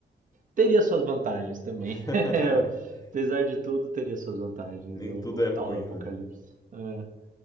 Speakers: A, on the right; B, on the left.
A: teria suas vantagens também.
B: <laughs>
A: <laughs> Apesar de tudo, teria suas vantagens,
B: Nem
A: o,
B: tudo é
A: o tal
B: ruim,
A: do apocalipse.
B: né?
A: É.